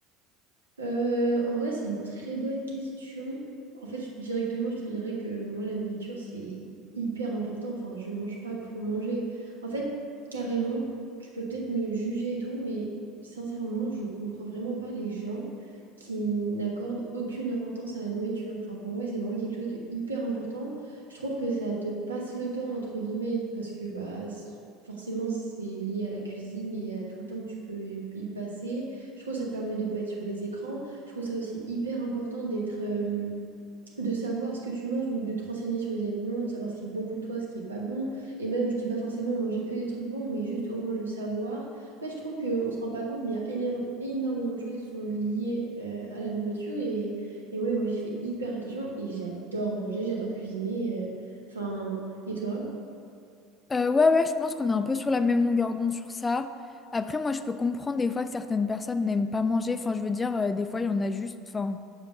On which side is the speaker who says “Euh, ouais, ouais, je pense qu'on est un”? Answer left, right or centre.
Left